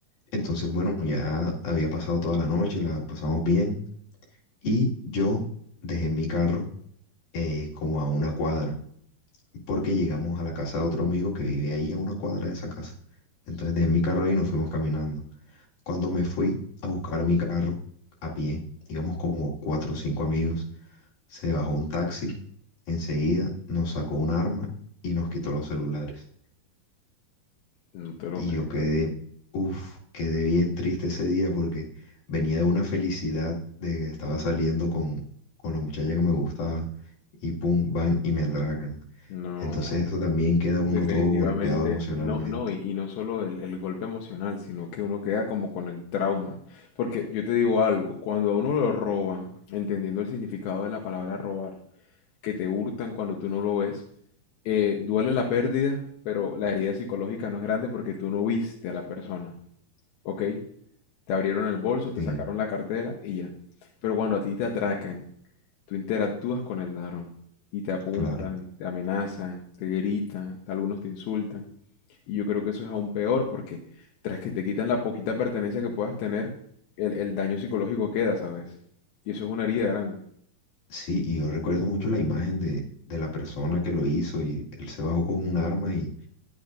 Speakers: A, on the left; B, on the left.
A: Entonces, bueno, ya había pasado toda la noche, la pasamos bien y yo dejé mi carro eh, como a una cuadra. porque llegamos a la casa de otro amigo que vive ahí a una cuadra de esa casa. Entonces dejé mi carro ahí y nos fuimos caminando. Cuando me fui a buscar mi carro a pie, íbamos como cuatro o cinco amigos, se bajó un taxi, enseguida nos sacó un arma y nos quitó los celulares.
B: No te lo
A: Y
B: creo.
A: yo quedé, uff, quedé bien triste ese día porque venía de una felicidad de que estaba saliendo con, con la muchacha que me gustaba y pum, van y me atracan.
B: No,
A: Entonces eso también queda uno
B: definitivamente
A: todo golpeado emocionalmente.
B: no, no, y, y no solo el, el golpe emocional, sino que uno queda como con el trauma. Porque yo te digo algo, cuando a uno lo roban, entendiendo el significado de la palabra robar, que te hurtan cuando tú no lo ves, eh, duele la pérdida, pero la herida psicológica no es grande porque tú no viste a la persona, ¿ok? Te abrieron el bolso, te
A: Sí,
B: sacaron la cartera y ya. Pero cuando a ti te atracan Tú interactúas con el ladrón y te apuntan,
A: claro.
B: te amenazan, te gritan, algunos te insultan. Y yo creo que eso es aún peor porque tras que te quitan la poquita pertenencia que puedas tener, el, el daño psicológico queda, ¿sabes? Y eso es una herida grande,
A: Sí, y yo recuerdo mucho la imagen de, de la persona que lo hizo y él se bajó con un arma y,